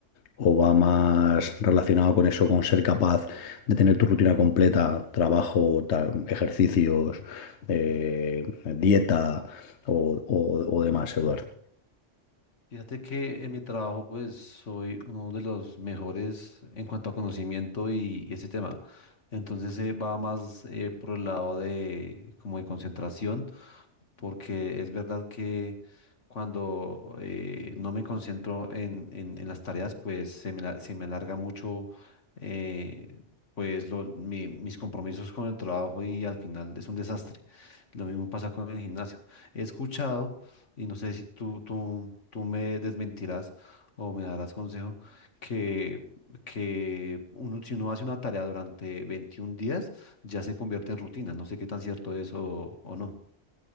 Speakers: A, on the left (about 70°); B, on the left (about 80°).
A: o va más relacionado con eso, con ser capaz de tener tu rutina completa, trabajo, ta- ejercicios, eh, dieta o, o o demás, Eduardo.
B: Fíjate que en mi trabajo pues soy uno de los mejores en cuanto a conocimiento y, y ese tema. Entonces eh, va más eh, por el lado de como de concentración porque es verdad que cuando eh, no me concentro en, en- en las tareas, pues se me, la- se me alarga mucho eh, pues lo- mi- mis compromisos con el trabajo y al final es un desastre. Lo mismo pasa con el gimnasio. He escuchado, y no sé si tú, tú, tú me desmentirás o me darás consejo, que, que uno- si uno hace una tarea durante 21 días, ya se convierte en rutina. No sé qué tan cierto es o o no.